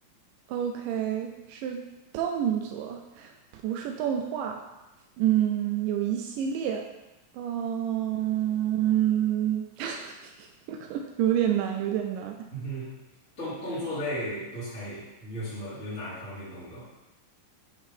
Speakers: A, on the right; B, on the left.
A: OK，是动作。不是动画，嗯，有一系列，嗯，<laughs> 有点难，有点难。
B: 嗯哼，动动作类多猜一点，你有什么有哪一方面动作？